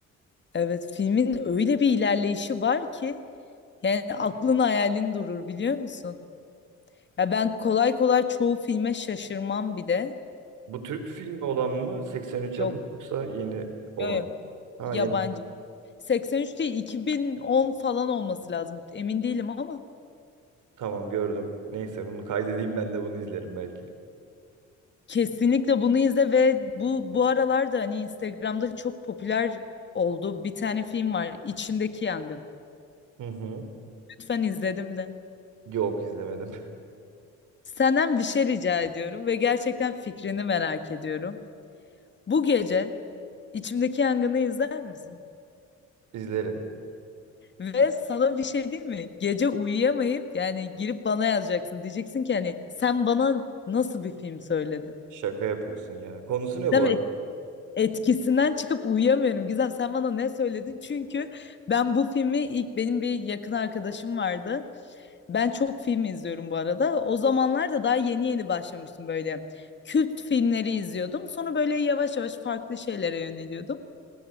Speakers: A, on the left; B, on the right.
A: evet filmin öyle bir ilerleyişi var ki Yani aklın hayalin durur biliyor musun? Ya ben kolay kolay çoğu filme şaşırmam bir de.
B: Bu Türk filmi olan mı? 83 yapımı
A: Yok.
B: yoksa yeni olan?
A: Yok. yok.
B: Ha
A: Yabancı.
B: yeni.
A: 83 değil 2010 falan olması lazım. Emin değilim ama
B: Tamam gördüm. Neyse bunu kaydedeyim ben de bunu izlerim belki.
A: kesinlikle bunu izle ve bu bu aralarda hani Instagram'da çok popüler oldu. Bir tane film var. İçimdeki Yangın.
B: Hı hı.
A: Lütfen izledim de.
B: Yok izlemedim.
A: Senden bir şey rica ediyorum ve gerçekten fikrini merak ediyorum. Bu gece İçimdeki Yangın'ı izler misin?
B: <laughs> İzlerim.
A: Ve sana bir şey diyeyim mi? Gece uyuyamayıp yani girip bana yazacaksın. Diyeceksin ki hani sen bana nasıl bir film söyledin?
B: Şaka yapıyorsun ya. Konusu ne
A: Değil
B: bu?
A: mi?
B: arada?
A: Etkisinden çıkıp uyuyamıyorum. Gizem sen bana ne söyledin? Çünkü ben bu filmi ilk benim bir yakın arkadaşım vardı. Ben çok film izliyorum bu arada. O zamanlar da daha yeni yeni başlamıştım böyle. Kült filmleri izliyordum. Sonra böyle yavaş yavaş farklı şeylere yöneliyordum.